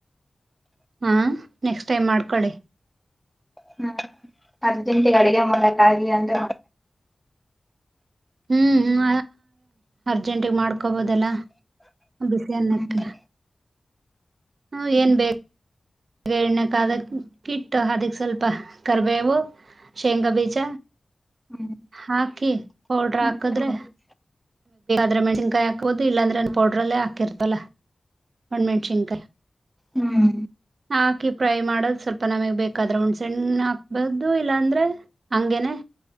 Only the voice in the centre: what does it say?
ಹ್ಮ. ಅರ್ಜೆಂಟಿನ ಅಡಿಗೆ ಮ. ಹಾಗಾಗಿ ಅಂದ್ರೆ.
ಹ್ಮ್
ಹ್ಮ್
ಹ್ಮ್
ಮಾಡ್ಕೋಬೋದು.
ಹ್ಮ್.